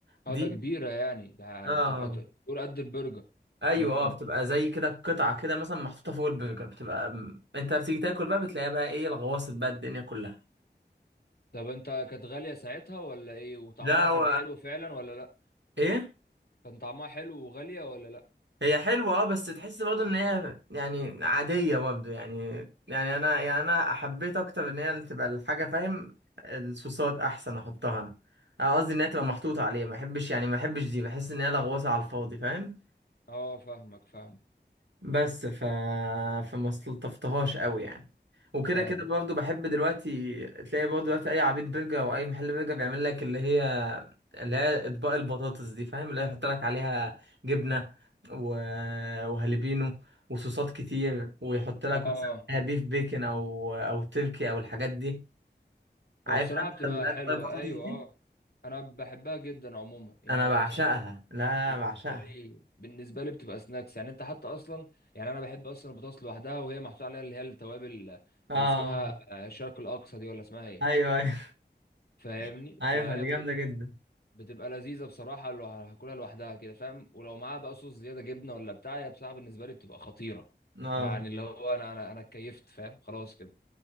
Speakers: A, on the left (about 60°); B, on the right (about 80°).
A: اه
B: دي
A: ده كبيره يعني ده
B: اه
A: تبقى ت- تقول قد البرجر
B: ايوه
A: امم
B: اه بتبقى زي كده قطعه كده مثلا محطوطه فوق البرجر بتبقى انت بتيجي تاكل بقى بتلاقيها بقى ايه الغواصة بقى الدنيا كلها
A: طب انت كانت غاليه ساعتها ولا ايه وطعمها
B: لا
A: كان
B: و...
A: حلو فعلا ولا لا
B: ايه
A: كان طعمها حلو وغاليه ولا لا
B: هي حلوة اه بس تحس برضه ان هي يعني عادية برضه يعني يعني انا يعني انا حبيت اكتر ان هي اللي تبقى الحاجة فاهم الصوصات احسن احطها انا أنا قصدي ان هي تبقى محطوطة عليها ما بحبش يعني ما بحبش دي بحس ان هي لغوصة على الفاضي فاهم
A: اه فاهمك فاهمك
B: بس ف... فما استلطفتهاش قوي يعني وكده
A: فاهمك
B: كده برضه بحب دلوقتي تلاقي برضه دلوقتي اي عبيط برجر او اي محل برجر بيعمل لك اللي هي اللي هي اطباق البطاطس دي فاهم اللي هي يحط لك عليها جبنه و... وهالبينو وصوصات كتير ويحط لك
A: اه
B: مثلا عليها بيف بيكن او او تركي او الحاجات دي عارف
A: هو بصراحة
B: انت
A: بتبقى
B: اللي هي
A: حلوة
B: اطباق البطاطس
A: أيوة
B: دي
A: أه أنا بحبها جدا عموما يعني
B: انا بعشقها
A: بصراحة
B: لا
A: بالنسبة
B: بعشقها
A: لي بالنسبة لي بتبقى سناكس يعني أنت حتى أصلا يعني أنا بحب أصلا البطاطس لوحدها وهي محطوط عليها اللي هي التوابل
B: اه
A: اللي اسمها آه، الشرق الأقصى دي ولا اسمها إيه
B: ايوه ايوه
A: فاهمني
B: <laughs> عارفها
A: فهي
B: دي
A: بتبقى
B: جامده جدا
A: بتبقى لذيذة بصراحة لو هاكلها لوحدها كده فاهم ولو معاها بقى صوص زيادة جبنة ولا بتاع هي بصراحة بالنسبة لي بتبقى خطيرة
B: اه
A: يعني اللي هو أنا أنا أنا اتكيفت فاهم خلاص كده